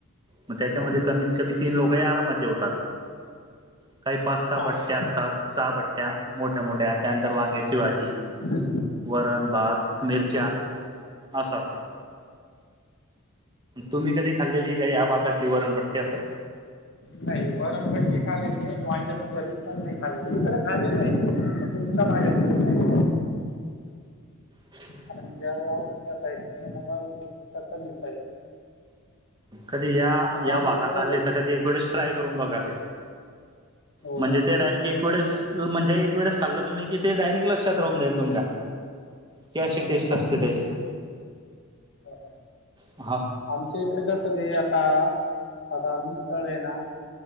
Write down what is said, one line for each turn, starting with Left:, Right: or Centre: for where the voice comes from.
Right: मग त्याच्यामध्ये
Left: हा
Right: कमी. क तीन लोक या आरामात जे होतात काही पाच सहा
Left: हा हो
Right: भट्ट्या असतात सहा भट्ट्या. त्या्या मोठ्या मोठ्या त्यानंतर वांग्याची भाजी.
Left: हम.
Right: वरण भात मिरच्या असं असत. तुम्ही कधी खाल्लेली काय या भागातली वरणपट्टी असं.
Left: नाही वरणभट्टी खालेली वांग्याच पररीत पण नाही खालेली इकडे खाले नाही. तुमचा माझ्या नाही.
Right: ह.
Left: आणि जळगाव त्या साईड किं बा कमी सा आहे.
Right: कधी या
Left: तसं
Right: या
Left: आमच्याकडे
Right: भागात आले
Left: ते
Right: तर कधी एक वेळेस ट्राय करून बघा ते.
Left: हो
Right: म्हणजे
Left: नक्कीच
Right: ते डारेक्ट एक वळे म्हणजे एक वळे खाल्लं तुम् की ते डायरेक् लक्षात. जाईल तुमच्या की अशी
Left: हो
Right: टेस्ट
Left: हा
Right: असते
Left: हो
Right: त्याची.
Left: हो
Right: हा.
Left: आमच्या इकडे जसं ते आता साधार मिसळ आहे ना.